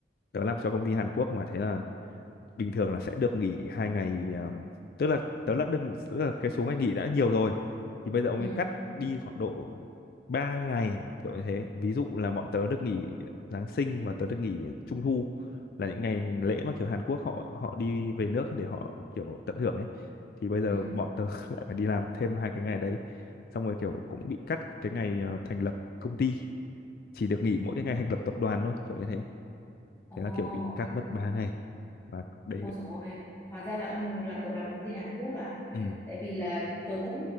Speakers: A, on the left; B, on the left.
A: tớ làm cho công ty Hàn Quốc mà thế là bình thường là sẽ được nghỉ hai ngày um, tức là đó là, đừng, tức là cái số ngày nghỉ đã nhiều rồi thì bây giờ ông
B: ừ
A: ấy cắt đi khoảng độ 3 ngày kiểu như thế ví dụ là bọn tớ được nghỉ Giáng sinh và tớ được nghỉ Trung thu là những ngày lễ mà kiểu Hàn Quốc họ họ đi về nước để họ kiểu tận hưởng ấy thì bây giờ
B: ừ
A: bọn tớ <laughs> lại phải đi làm thêm hai cái ngày đấy xong rồi kiểu cũng bị cắt cái ngày ờ, thành lập công ty chỉ được nghỉ mỗi cái ngày thành lập tập đoàn thôi kiểu như thế
B: ồ
A: thế là kiểu bị cắt mất 3 ngày và đấy
B: Ôi dồi ôi, hóa ra là ông là cậu làm công ty Hàn Quốc à?
A: ừ.
B: Tại vì là tớ cũng